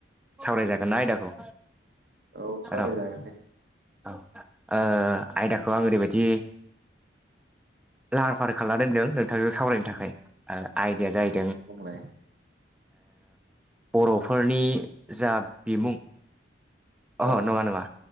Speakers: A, in the centre; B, on the right.
A: सावरायजा गोनना आयदाखौ
B: औ सावरायजागोन
A: र'
B: दे।
A: औ ओ आयदाखौ आं ओरैबायदि लाहार फाहार खालामना दोनदों नोंथांजों सावरायनो थाखाय। आयदाया जाहैदों
B: औ औ बुंलाय
A: ओ बर'फोरनि जा बिमुं अहो
B: औ
A: नङा नङा।